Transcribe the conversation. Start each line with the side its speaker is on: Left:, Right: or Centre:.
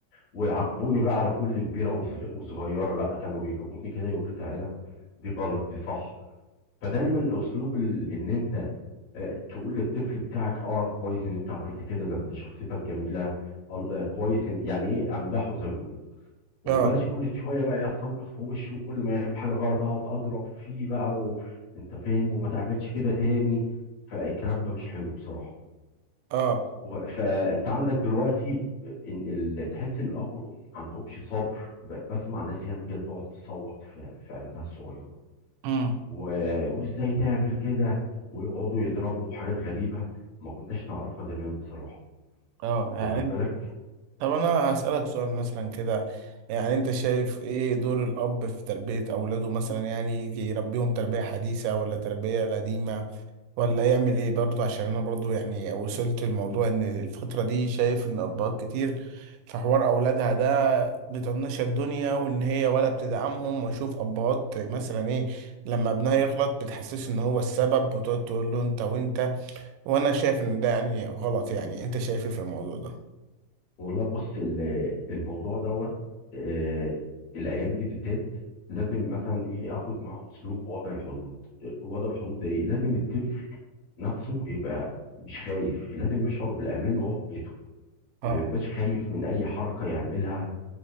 Left: ويعاقبوني بقى على كل كبيرة وص وصغيرة، لأ، كانوا بيجيبوني كده يقولوا لي: "تعالَ دي غلط، دي صح." فدايمًا أسلوب ال إن أنت آآ تقول للطفل بتاعك آه، كويس إن أنت عملت كده، ده أنت شخصيتك جميلة، ال آه، كويس إن- يعني إيه، أمدحه زي ما بيقولوا، وبلاش
Right: اه
Left: كل شوية بقى أصوّت في وشه وكل ما يعمل حاجة غلط أقعد أضرب فيه بقى و أنت فاهم، وما تعملش كده تاني، فالكلام ده مش حلو بصراحة.
Right: اه
Left: و- فانت عندك دلوقتي ان ال... تحس ان الاب والام ما عندهمش صبر ب... بسمع ناس ياما كده تقعد تصوت في, في عيالها الصغيره
Right: مم.
Left: و... وازاي تعمل كده ويقعدوا يضربوا حاجات غريبه ما كناش نعرفها زمان بصراحه
Right: اه يعني
Left: واخد بالك
Right: طب انا هسألك سؤال مثلا كده يعني انت شايف ايه دور الاب في تربية اولاده مثلا يعني يجي يربيهم تربية حديثة ولا تربية قديمة ولا يعمل ايه برضه عشان انا برضه يعني وصلت الموضوع ان الفترة دي شايف ان ابهات كتير في حوار اولادها ده بتطنش الدنيا وان هي ولا بتدعمهم واشوف ابهات مثلا ايه لما ابنها يغلط بتحسسه ان هو السبب وتقعد تقول له انت وانت وانا شايف ان ده يعني غلط يعني انت شايف ايه في الموضوع ده
Left: والله بص ال- الموضوع دوت آه، الايام دي بالذات لازم مثلا ايه اخد معاه اسلوب وضع الحدود آه، وضع الحدود ده ايه لازم الطفل نفسه يبقى مش خايف لازم يشعر بالامان وهو في بيته
Right: اه
Left: ما بيبقاش خايف من اي حركه يعملها